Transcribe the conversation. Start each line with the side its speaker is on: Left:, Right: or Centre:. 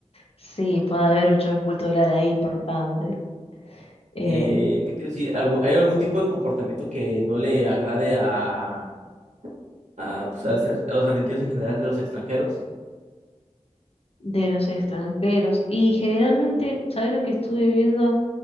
Left: sí, puede haber un choque cultural ahí importante. Eh,
Right: Eh, ¿qué te iba a decir? ¿Algú- ¿Hay algún tipo de comportamiento que no le agrade a, a, pues, a ser- a los argentinos en general de los extranjeros?
Left: de los extranjeros. Y generalmente, ¿sabes lo que estuve viendo?